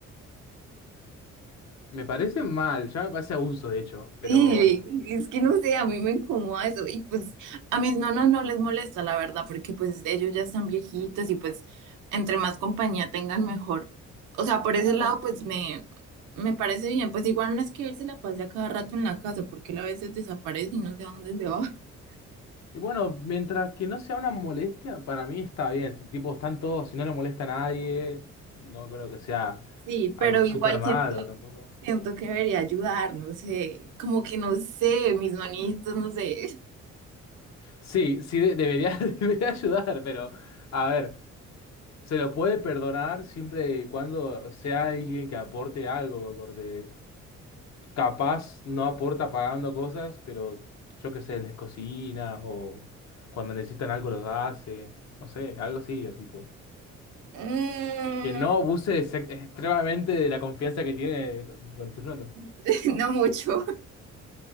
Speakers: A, on the left; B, on the right.
A: Me parece mal, ya me parece abuso, de hecho, pero...
B: Sí,
A: mm,
B: es que no sé, a mí me incomoda eso y pues a mis nonos no les molesta la verdad porque pues ellos ya están viejitos y pues entre más compañía tengan mejor. O sea, por
A: Claro.
B: ese lado pues me, me parece bien, pues igual no es que él se la pase a cada rato en la casa porque él a veces desaparece y no sé a dónde se va. <laughs>
A: Y bueno, mientras que no sea una molestia, para mí está bien. Si tipo están todos, si no le molesta a nadie, no creo que sea
B: Sí, pero
A: algo súper
B: igual
A: malo
B: siento,
A: tampoco.
B: siento que debería ayudar, no sé, como que no sé, mis manitos, no sé,
A: Sí, sí, de- debería, <laughs> debería ayudar, pero a ver, se lo puede perdonar siempre y cuando sea alguien que aporte algo, porque capaz no aporta pagando cosas, pero yo qué sé, les cocina o cuando necesitan algo los hace, no sé, algo así, tipo.
B: Mm,
A: que no abuse ex- extremadamente de la confianza que tiene con, con tus notas.
B: <laughs> no mucho.